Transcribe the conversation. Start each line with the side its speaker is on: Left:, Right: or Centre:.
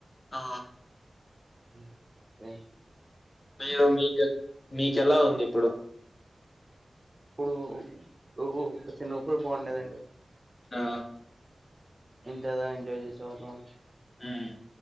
Left: ఆ
Right: హ్మ్
Left: మీరు మీకన్ మీకెలా ఉంది ఇప్పుడు
Right: ఇప్పుడు డు చిన్నపుడె బాగుండేదండి
Left: ఆ
Right: ఎంతగా ఎంజాయ చేసే వాళ్ళం
Left: హ్మ్